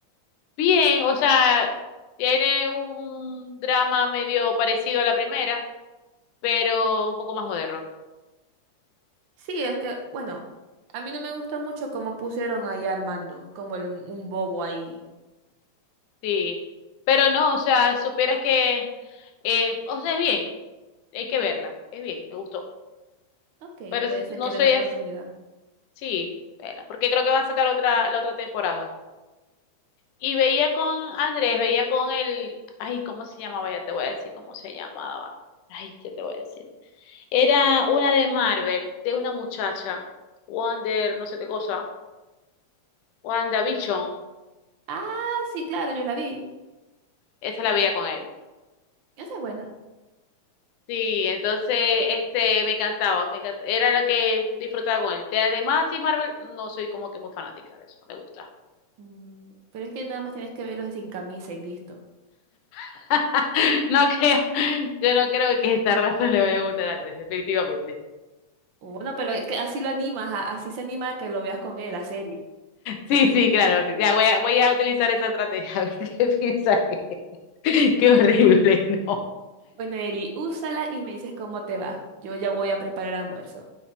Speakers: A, on the left; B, on the right.
A: Bien, o sea, tiene un drama medio parecido a la primera, pero un poco más moderno.
B: Sí, es que, bueno, a mí no me gusta mucho cómo pusieron ahí a Armando, como el- un bobo ahí.
A: Sí, pero no, o sea, supieras que, eh, o sea, es bien. hay que verla. Es bien, me gustó.
B: Ok,
A: Pero
B: puede
A: es-
B: ser
A: no
B: que le
A: sé,
B: den oportunidad.
A: es, sí, verla, porque creo que van a sacar otra, la otra temporada. Y veía con Andrés, veía con el, ay, ¿cómo se llamaba? Ya te voy a decir cómo se llamaba. Ay, ¿qué te voy a decir? Era una de Marvel, de una muchacha, Wonder, no sé qué cosa, WandaVision.
B: Ah, sí, claro, yo la vi.
A: Esa la veía con él.
B: Esa es buena.
A: Sí, entonces este me encantaba, me encant- era la que disfrutaba con él. De, de Marvel, no soy como que muy fanática de eso, no me gusta.
B: Mm, pero es que nada más tienes que verlos de sin camisa y listo.
A: <laughs> No creo, yo no creo que esta raza le vaya a gustar a tres, definitivamente.
B: Bueno, pero es que así lo animas, a- así se anima a que lo veas con él, la serie.
A: Sí, sí, claro, sí, ya voy a, voy a utilizar esa estrategia, a ver <laughs> qué piensa ella. Qué horrible, <laughs> no.
B: Bueno, Eli, úsala y me dices cómo te va. Yo ya voy a preparar el almuerzo.